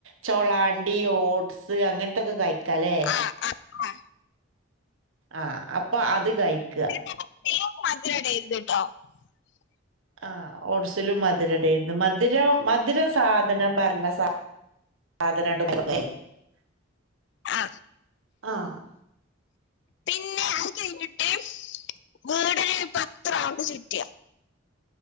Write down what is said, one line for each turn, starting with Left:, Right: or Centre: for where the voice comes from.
Right: ചൊളാണ്ടി ഓട്സ് അങ്ങനത്തൊക്കെ കഴി ക്ക ലെ
Left: ആ ആ ആ
Right: ആഹ് അപ്പൊ അത് കഴിക്കുക.
Left: <inaudible>
Right: ആ ഓർസലും മധുരടെന്ന് മധുര മധുര സാധ അത നാൻ പറഞ്ഞ സ <unintelligible>
Left: ആ
Right: ആഹ്
Left: പിന്നെ കഴിഞ്ഞിട്ട് വീടിന് പത്രൗണ്ട് ചുറ്റിയ